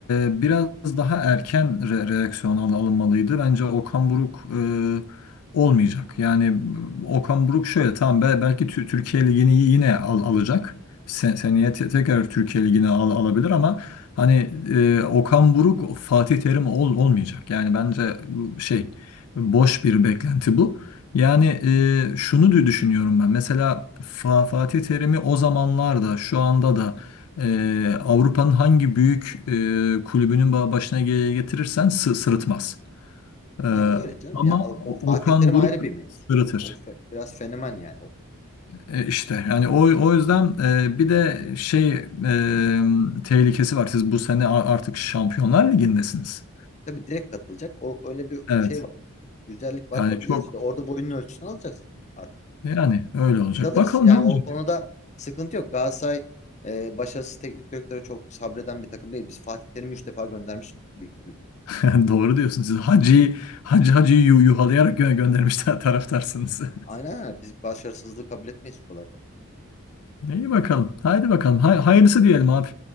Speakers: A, on the left; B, on the left.
A: e, biraz daha erken re- reaksiyon al- alınmalıydı. Bence Okan Buruk e, olmayacak. Yani Okan Buruk şöyle tamam be- belki Tü- Türkiye Ligi'ni yine al alacak. Sen seneye te- tekrar Türkiye Ligi'ni al alabilir ama hani e, Okan Buruk Fatih Terim ol olmayacak. Yani bence bu şey boş bir beklenti bu. Yani e, şunu dü- düşünüyorum ben. Mesela Fa- Fatih Terim'i o zamanlarda şu anda da ee, Avrupa'nın hangi büyük e, kulübünün ba- başına gele- getirirsen sı- sırıtmaz. Ee,
B: Ya öyle canım.
A: ama
B: Ya o,
A: O-
B: o Fatih
A: Okan
B: Terim
A: Buruk
B: ayrı bir mevzu.
A: sırıtır.
B: O fe- biraz fenomen yani. O,
A: E, işte yani o, o yüzden e, bir de şey e, tehlikesi var. Siz bu sene a- artık Şampiyonlar Ligi'ndesiniz.
B: tabii direkt katılacak. O öyle bir
A: Evet.
B: şey var. Güzellik var.
A: Yani
B: Bakacağız
A: çok
B: işte orada boyunun ölçüsünü alacağız artık.
A: yani öyle olacak.
B: Biz alırız.
A: Bakalım
B: Yani
A: ne olacak.
B: o konuda sıkıntı yok. Galatasaray e, başarısız teknik direktöre çok sabreden bir takım değil. Biz Fatih Terim'i 3 defa göndermiş bir kulüp.
A: <laughs> Doğru diyorsunuz. Siz Hacı'yı Hacı Hacı'yı yu- yuhalayarak gö göndermişler taraftarsınız. <laughs>
B: Aynen aynen. Biz başarısızlığı kabul etmeyiz kolay kolay.
A: Ee, İyi bakalım. Haydi bakalım.
B: Hı hı.
A: Hay hayırlısı diyelim abi.